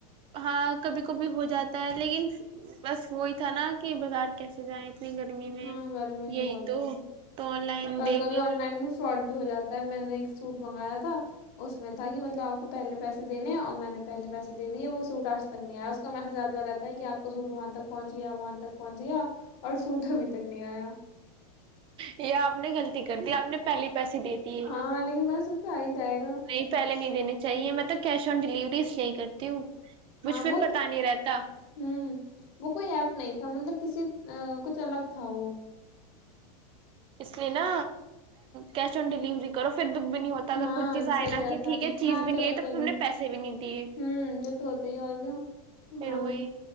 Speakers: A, on the right (about 25°); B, on the left (about 50°).
A: ہاں کبھی کبھی ہو جاتا ہے لیکن بس وہی تھا نا کہ بازار کیسے جائیں اتنی گرمی میں
B: ہاں گرمی
A: یہی
B: بہت
A: تو
B: ہے
A: تو آن لائن
B: کبھی
A: دیکھ
B: کبھی
A: لو
B: آن لائن میں فراڈ ہو جاتا ہے میں نے ایک سوٹ منگایا تھا اس میں تھا کہ مطلب آپ کو پہلے پیسے دینے اور میں نے پہلے پیسے د دیے وہ سوٹ آج تک نہیں آیا اس کا میسا رہتا ہے کہ آپ کا سوٹ وہاں تک پہنچ گیا وہاں تک پہنچ گیا اور سھٹ ابھی تک نہیں آیا <inaudible>
A: یہ آپ نے کھیل کرتی آپ نے پہلے پیسے دے دیے
B: ہاں لیکن میں نے سوچا آ ہی جائے گا
A: نہیں پہلے نہیں دینی چاہیے میںطلب کیش آن ڈلیوری اس لیے ہی کرتی ہوں
B: ہاں
A: مجھ پھر
B: وہ
A: پتا نہیں رہتا
B: ہ وہ کوئی ایپ نہیں تھا مطلب کسی کچھ الگ کاؤ
A: اس لیے نا کیش آن ڈیلیوری کرو پھر دکھ بھی نہیں ہوتا اگر
B: ہاں
A: کچھ چیز آئے
B: صحیح
A: نا
B: رہتا
A: کہ ٹھیک ہے چیز
B: ہاں
A: بھی نہیں
B: چلو
A: آئی تو
B: کوئی
A: تم نے پیسے بھی نہیں دیے
B: ہوں یہ تو ہوتا ہی ہے اور کیا
A: پھر
B: ہاں
A: وہی